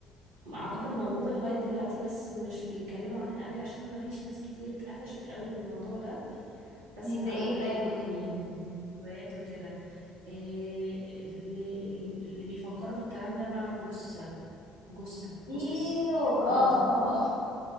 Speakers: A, on the right; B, on the left.
A: واعتقد موجوده لغايه دلوقتي بس مش بيتكلموا عنها قوي عشان ما فيش ناس كتير اتقفشت قوي بالموضوع ده بس
B: هي
A: اتعمل
B: زي ايه
A: عليهم
B: طيب قولي
A: يعني روايات وكده إيه اللي, اللي بيفكروا في الكلام ده مع جثه جثه
B: ايوه
A: جثث
B: اه
A: الموتى
B: اه